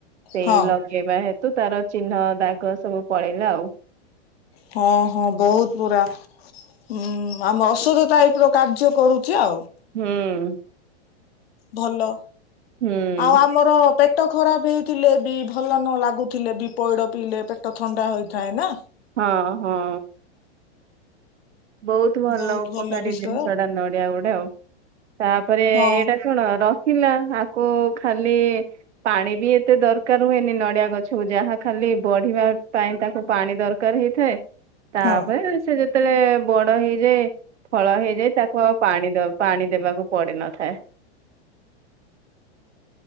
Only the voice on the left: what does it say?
ହଁ
ହଁ ହଁ ବହୁତ ପୁରା ହୁଁ ଆମେ ଔଷଧ ଟାଇପ ର କାର୍ଯ୍ୟ କରୁଛ ଆଉ
ଭଲ
ଆଉ ଆମର ପେଟ ଖରାପ ହେଇ ଥିଲେ ବି ଭଲ ନ ଲାଗୁଥିଲେ ବି ପଇଡ଼ ପିଇଲେ ପେଟ ଥଣ୍ଡା ହୋଇଥାଏ ନା।
ବହୁତ
ବିଷୟ
ହଁ
ହଁ